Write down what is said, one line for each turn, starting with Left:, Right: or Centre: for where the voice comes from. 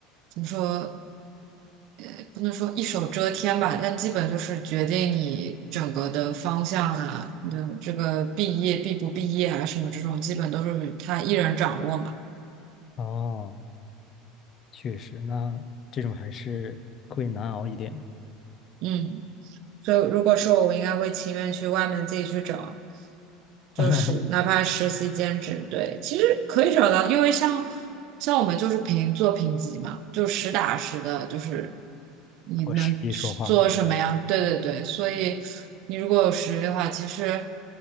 Right: 怎么说，哎不能说一手遮天吧，但基本就是决定你整个的方向啊，你的这个毕业毕不毕业啊什么这种，基本都是他一人掌握嘛。
Left: 哦，确实，那这种还是会难熬一点。
Right: 嗯。所以如果说我，我应该会情愿去外面自己去找，就是哪怕实习兼职，
Left: <laughs>
Right: 对，其实可以找到，因为像像我们就是评做评级嘛，就实打实的，就是你能做什么样，
Left: 我实地说话。
Right: 对对对，所以你如果有实力的话，其实